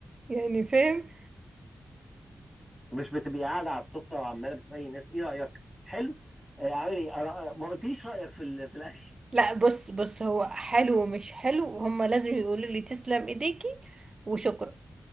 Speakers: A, on the right (about 35°); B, in the centre.
A: يعني فاهم
B: مش بتبقي قاعده على السفره وعماله بتسالي الناس ايه رايك حلو آه، عامل ايه أرا- ما قلتليش رايك في ال- في الاكل
A: لا بص بص هو حلو ومش حلو هما لازم يقولوا لي تسلم ايديكي وشكرا